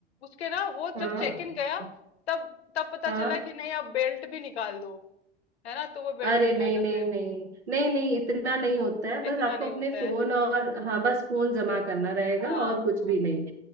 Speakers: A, on the left; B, on the right.
A: उसके ना वो
B: हाँ
A: जब चेक इन गया तब तब पता
B: हाँ
A: चला कि नहीं आप बेल्ट भी निकाल दो है ना तो वो बेल्ट
B: अरे
A: निकाला
B: नहीं नहीं
A: फिर
B: नहीं नहीं नहीं इतना नहीं होता है बस
A: इतना
B: आपको
A: नहीं
B: अपने
A: होता
B: फोन
A: है
B: और हाँ बस फोन जमा करना रहेगा
A: हाँ
B: और
A: हाँ
B: कुछ भी नहीं